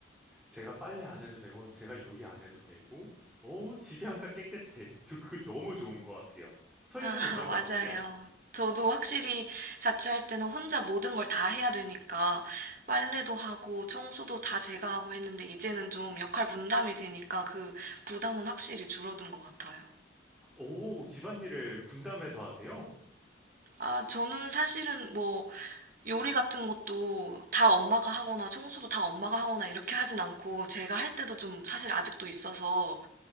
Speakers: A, in the centre; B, on the right.
A: 제가 빨래 안 해도 되고, 제가 요리 안 해도 되고, 오, 집이 항상 깨끗해. 저 그거 너무 좋은 것 같아요. 서인님은
B: 아, <laughs>
A: 그런
B: 맞아요.
A: 거 없으세요?
B: 저도 확실히 자취할 때는 혼자 모든 걸 다 해야 되니까 빨래도 하고 청소도 다 제가 하고 했는데 이제는 좀 역할 분담이 되니까 그 부담은 확실히 줄어든 것 같아요.
A: 오, 집안일을 분담해서 하세요?
B: 아, 저는 사실은 뭐 요리 같은 것도 다 엄마가 하거나 청소도 다 엄마가 하거나 이렇게 하진 않고 제가 할 때도 좀 사실 아직도 있어서